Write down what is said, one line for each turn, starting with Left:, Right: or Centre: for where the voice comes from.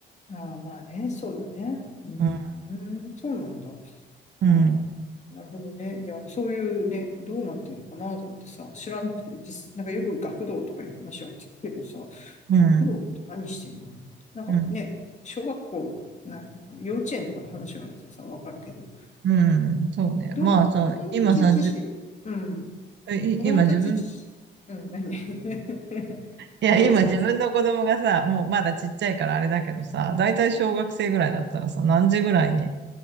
Left: ああ、まあね、そうだね。う
Right: うん。
Left: ん、そうなんだ。あ
Right: うん。
Left: あ、なるほどね。いや、そういうね、どうなってるのかなと思ってさ、知らなくて、実、なんかよく学童とかいう話は聞くけどさ、
Right: うん。
Left: 学童って何してんのと思って。なんかね、
Right: うん。
Left: 小学校、何、幼稚園とかの話はさ、わかるけど、
Right: うんそうね。
Left: どうなの子供たち自身、
Right: まあさ、今さ、じゅ、ん
Left: うん、
Right: えい今自分、
Left: 子供たち自身、うん、何ね <laughs>
Right: いや、
Left: どうぞ。
Right: 今自分の子供がさ、もうまだちっちゃいからあれだけどさ、だいたい小学生ぐらいだったらさ、何時ぐらいに